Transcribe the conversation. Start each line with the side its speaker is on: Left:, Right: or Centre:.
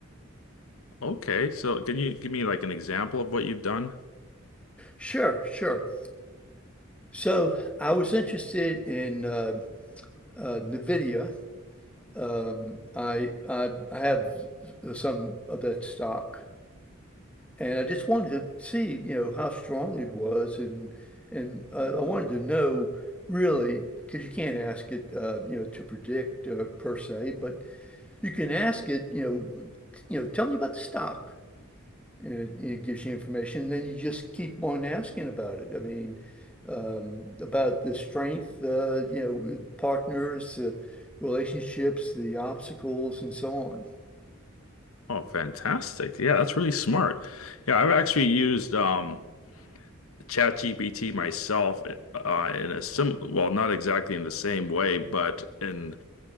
Left: Okay. So can you give me like an example of what you've done?
Centre: Sure, sure. So I was interested in uh, uh, NVIDIA. Um, I, I I have some of that stock, and I just wanted to see, you know, how strong it was, and and uh, I wanted to know really, because you can't ask it, uh, you know, to predict uh, per se, but you can ask it, you know, t- you know, tell me about the stock. and it, it gives you information. And Then you just keep on asking about it. I mean, um, about the strength, uh, you know, partners, uh, relationships, the obstacles, and so on.
Left: Oh, fantastic. Yeah, that's really smart. Yeah, I've actually used um ChatGPT myself uh in a sim well, not exactly in the same way, but in